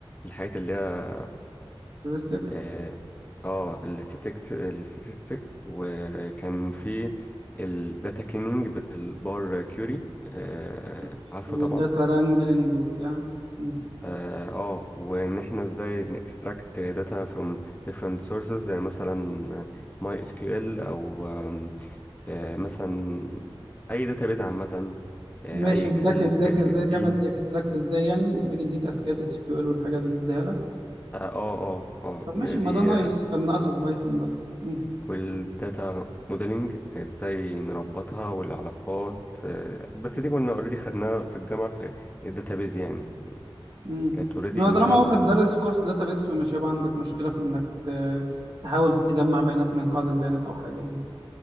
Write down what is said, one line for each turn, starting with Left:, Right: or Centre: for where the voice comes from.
Left: الحاجات اللي هي
Right: statistics
Left: اه آه، الاستاتيكس الاستاتيكس وكان في الداتا كليننج بالبار كيوري آه
Right: اوكي
Left: عارفه
Right: والداتا
Left: طبعا
Right: wrangling وبتاع مم.
Left: اه آه، وان احنا ازاي نكستراكت داتا from different sources زي مثلا ماي اس كيو ال او آم، آه مثلا اي داتابيز عامه آه،
Right: ماشي
Left: اي اكسل
Right: اداك اداك
Left: اي سي
Right: ازاي
Left: اس بي
Right: تعمل اكستراكت ازاي يعني محتاج يديك اساسيات اس كيو ال والحاجات دي اديها لك
Left: اه اه اه
Right: طب ماشي
Left: آه،
Right: ما
Left: دي
Right: ده نايس
Left: آه،
Right: كان ناقصك بايثون بس مم.
Left: والداتا موديلنج ازاي نربطها والعلاقات آه، بس دي كنا اوريدي خدناها في الجامعة في الداتابيز يعني
Right: مم.
Left: كانت اوريدي
Right: ما
Left: مشابهة
Right: طالما واخد
Left: يعني.
Right: دارس كورس داتابيس فمش هيبقى عندك مشكلة في انك ت- تحاول تجمع بيانات من قاعدة بيانات او حاجة يعني